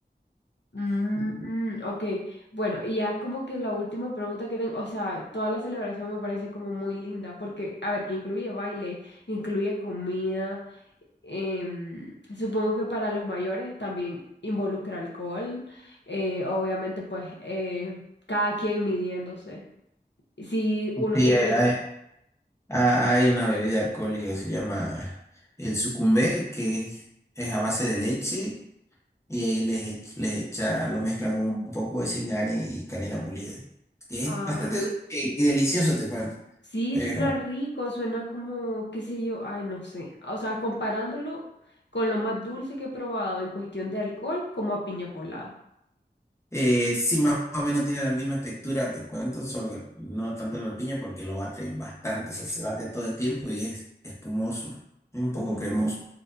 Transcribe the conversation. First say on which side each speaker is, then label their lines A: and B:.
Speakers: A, on the left (about 75°); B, on the left (about 15°).
A: Mm, mm, ok, bueno, y ya como que la última pregunta que tengo, o sea, toda la celebración me parece como muy linda, porque, a ver, que incluye baile, incluye comida, em, supongo que para los mayores también involucra alcohol, eh, obviamente pues eh, cada quien midiéndose, si uno
B: Sí,
A: se
B: eh,
A: quiere...
B: Ah, Hay una bebida alcohólica que se llama el sucumbé, que es a base de leche y ahí les, ech- les echa, lo mezclan con un poco de cingani y canela molida. Que es
A: Ah.
B: bastante dulce y delicioso, te cuento.
A: Sí,
B: Pero
A: suena rico, suena como, qué sé yo, ay, no sé. O sea, comparándolo con lo más dulce que he probado en cuestión de alcohol, como a piña colada.
B: eh, sí, más o menos tiene la misma textura, te cuento, solo que no tanto la piña porque lo baten bastante, o sea, se bate todo el tiempo y es espumoso, es un
A: Uf,
B: poco cremoso.